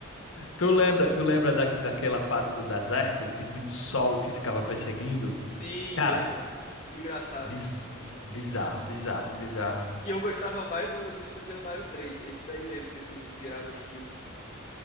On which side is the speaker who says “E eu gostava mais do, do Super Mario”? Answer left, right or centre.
Left